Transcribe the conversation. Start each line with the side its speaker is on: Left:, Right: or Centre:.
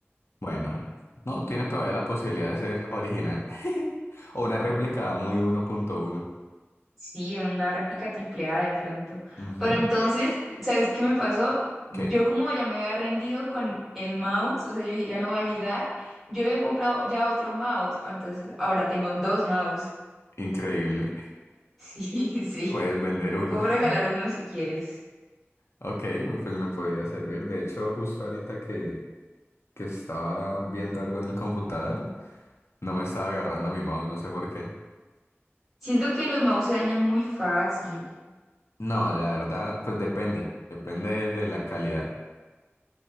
Left: bueno, no, tiene todavía la posibilidad de ser original <laughs> o una réplica muy 1.1.
Centre: Sí, una réplica triple A de pronto.
Left: Ujú,
Centre: Pero entonces, ¿sabes qué me pasó? Yo
Left: Qué
Centre: como ya me había rendido con el mouse, o sea, yo dije, ya no va a llegar. Yo había comprado ya otro mouse, ah, entonces ahora tengo dos mouse.
Left: increíble,
Centre: Sí, <laughs> sí.
Left: puedes vender uno.
Centre: Te puedo regalar
Left: <laughs>
Centre: uno si quieres.
Left: Ok, me- pues me podría servir. De hecho, justo ahorita que, que estaba viendo algo en el computador, no me estaba agarrando mi mouse, no sé por qué.
Centre: Siento que los mouse se dañan muy fácil.
Left: No, la verdad, pues depende, depende de la calidad.